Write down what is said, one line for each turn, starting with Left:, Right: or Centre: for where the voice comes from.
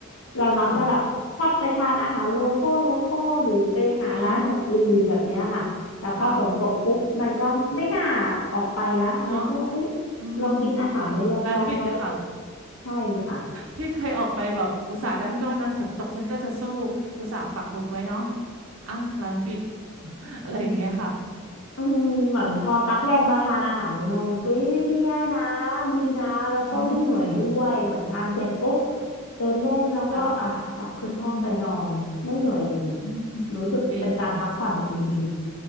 Left: เรามักจะแบบชอบไปทานอาหารโลคอลโลคอลหรือไปหาร้านอย่างอื่นแบบเนี้ยค่ะแต่พอฝนตกปุ๊บมันก็ไม่น่า
Right: ค่ะอ๋อค่ะ
Left: ออกไปละมันก็เฮ้ย
Right: เนาะอืม
Left: เรากินอาหารในโรงแรมไหม
Right: ร้านปิดเนยคะ
Left: ใช่ค่ะ
Right: พี่เคยออกไปแบบอุตส่าห์ดั้งด้นนะฝนตกฉันก็จะสู้อุตส่าห์ปักหมุดไว้เนาะอ้าวร้านปิด <laughs> อะไรอย่างเงี้ยค่ะ
Left: อืมเหมือนพอตักลงมาทานอาหารในโรงแรมเฮ้ยไม่ได้แย่นะดีนะแล้วก็ไม่เหนื่อยด้วยเหมือนทานเสร็จปุ๊บ
Right: อืม
Left: เดินเล่นแล้วก็อ่ะกลับขึ้นห้องไปนอนไม่เหนื่อยเลย
Right: พักอืมอืม
Left: รู้สึกเป็นการพักผ่อนจริง
Right: ดีค่ะ